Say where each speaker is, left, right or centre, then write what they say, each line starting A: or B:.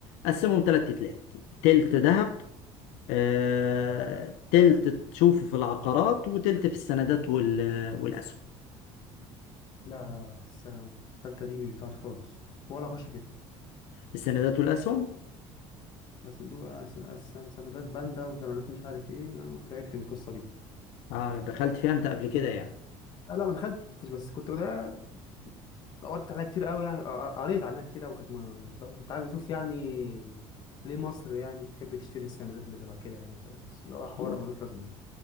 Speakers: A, on the left; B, on the left.
A: قسمهم ثلاث تلات تلت ذهب آه، تلت تشوفه في العقارات وتلت في السندات وال- والأسهم
B: لا السنة التالتة دي مش بتاعتي خالص ولا أخش فيها
A: السندات والأسهم
B: بس دول أس- أس- سندات باندا وسندات مش عارف إيه لا ما تعبت من القصة دي
A: آه دخلت فيها أنت قبل كده يعني
B: آه، لا ما دخلتش بس كنت بدأ دورت عليها كتير قوي يعني آه، آه، قريت عنها كتير قوي كانت ما- فاهم؟ كنت عايز أشوف يعني ليه مصر يعني بتحب تشتري السندات اللي شبه كده يعني فاهم بس اللي هو حوار
A: هو
B: ملوش لازمة يعني